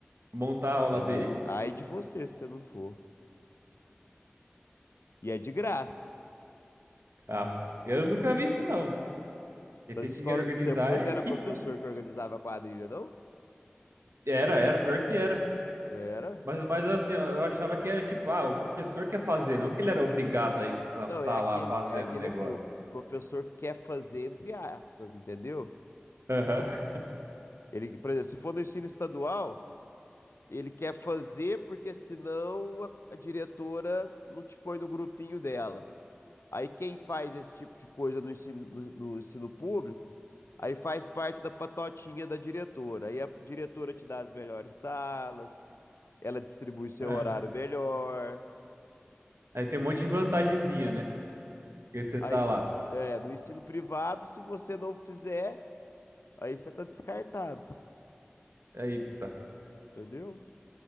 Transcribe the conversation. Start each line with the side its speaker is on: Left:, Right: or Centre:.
Right: montar a aula
Left: é,
Right: dele.
Left: mas ai de você se você não for. E é de graça.
Right: Ah, eu nunca vi isso, não. Quem
Left: Das
Right: tem
Left: escolas
Right: que organizar
Left: que você foi,
Right: é
Left: não
Right: a equipe
Left: era professor
Right: lá.
Left: que organizava a quadrilha, não?
Right: Era, era, pior que era.
Left: Era.
Right: Mas, mas assim, ó, eu achava que era tipo, ah, o professor quer fazer, não que ele era obrigado a estar
Left: Não, é
Right: tá
Left: aquele,
Right: lá fazendo
Left: é aquele
Right: o negócio.
Left: assim, o o professor quer fazer entre aspas, entendeu?
Right: Aham.
Left: Ele, por exemplo, se for no ensino estadual, ele quer fazer porque senão a, a diretora não te põe no grupinho dela. Aí quem faz esse tipo de coisa no ensino, no- no ensino público, aí faz parte da patotinha da diretora. Aí a diretora te dá as melhores salas, ela distribui
Right: <laughs>
Left: seu
Right: é.
Left: horário melhor.
Right: Aí tem um monte de vantagenzinha, né? Porque você
Left: Aí,
Right: tá lá.
Left: é, no ensino privado, se você não fizer, aí você tá descartado,
Right: Eita,
Left: entendeu?